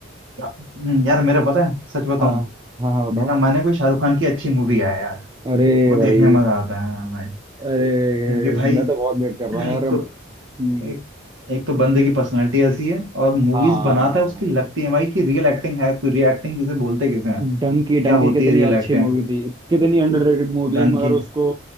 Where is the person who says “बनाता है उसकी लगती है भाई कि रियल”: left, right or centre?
Right